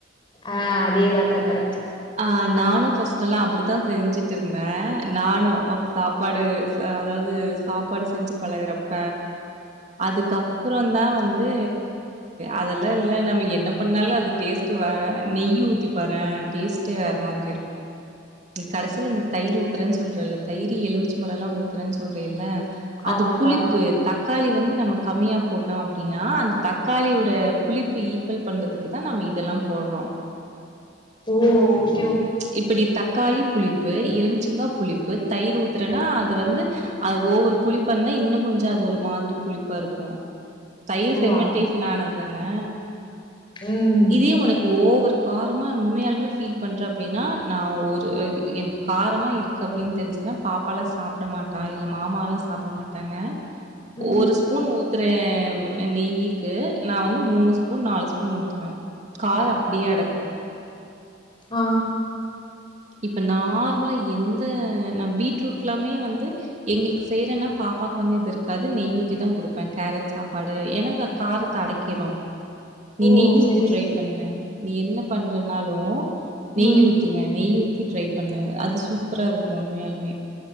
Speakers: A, on the left; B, on the right.
A: ஆ அதே தாங்க்கா கரெக்ட்
B: ஆ நானும் ஃபர்ஸ்ட் எல்லா அப்பிடித்தா செஞ்சுட்டு இருந்தே நானும் சாப்பாடு அதாவது சாப்பாடு செஞ்சு பழகுறப்ப அதுக்கப்றோ தா வந்து அதெல்லா இல்ல நம்ம என்ன பண்ணாலு அது டேஸ்ட் வ நெய்யி ஊத்திப் பாறே டேஸ்ட்டே வேற மாதிரி இருக்கு நீ கடைசில இந்த தயிர் ஊத்துறேன்னு சொல்றேல்ல தயி எலுமிச்சு பழோல்லா ஊத்துறேன்னு சொல்றேயில்ல அது
A: ஆமாக்கா
B: புளிப்பு தக்காளி வந்து நம்ம கம்மியா போட்டோ அப்டின்னா அந்த தக்காளியோட புளிப்பு ஈக்குவல் பண்றதுக்கு தா நம்ம இதெல்லா போட்றோ
A: ஓ ஒ
B: இப்பிடி தக்காளி புளிப்பு எலுமிச்சங்கா புளிப்பு தயிர் ஊத்துறேன்னா அது வந்து அது ஓவ்வரு புளிப்பா இருந்தா இன்னு கொஞ்ச அது ஒரு மாதிரி புளிப்பா இருக்கு தயிர்
A: ஓ
B: பெர்மெண்டடேஷன்
A: ஆ
B: ஆனது தானே
A: ம்
B: இதே உனக்கு ஓவரு காரமா உண்மையாலுமே ஃபீல் பண்ணுறே அப்டின்னா நா ஒரு எ எனக்கு காரமாக இருக்கு அப்டின்னு தெரிஞ்சுதுன்னா பாப்பாலா சாப்பிட மாட்டா இல்ல மாமாலா சாப்பிட மாட்டாங்க
A: ஆ
B: ஒரு ஸ்பூன் ஊத்துற நெய்யிக்கு நா வந்து மூணுஸ் பூன் நாலு ஸ்பூன் ஊத்துவே கார் அப்டியே அடக்கு
A: ஆ
B: இப்ப நார்மலா எந்த நா பீட்ரூட் எல்லாமே வந்து எங்களுக்கு செய்யறன்னா பாப்பாவுக்கு வந்து இது இருக்காது நெய்யூத்தி தா குடுப்பே கேரட் சாப்பாடு எனக்கு அ காரத்த அடைக்கிரு நீ
A: ஓ
B: நெய்யூத்த
A: செரி
B: ட்ரை பண்ணு நீ என்ன பண்றனாலு நெய்
A: ம்
B: ஊத்துங்க நெய்ய ஊ த்தி ட்ரை பண்ணு அது சூப்பரா இருக்கு உண்மையாலுமே